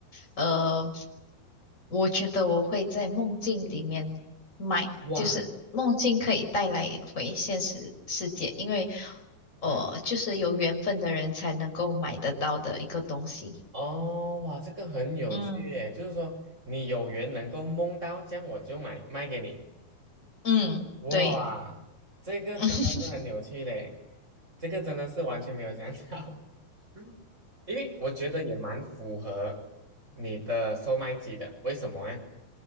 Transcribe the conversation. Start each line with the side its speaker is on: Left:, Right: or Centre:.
Left: 呃，我觉得我会在梦境里面卖，
Right: 哇，
Left: 就是梦境可以带来回现实世界，因为，
Right: 嗯，
Left: 呃，就是有缘分的人才能够买得到的一个东西。
Right: 哦，哇，这个很有趣耶，
Left: 嗯
Right: 就是说你有缘能够梦到，这样我就买卖给你。
Left: 嗯，
Right: 哇，
Left: 对，
Right: 这个真的是很有趣嘞，
Left: <laughs>
Right: 这个真的是完全没有想到。<laughs> 因为我觉得也蛮符合你的售卖机的，为什么呢？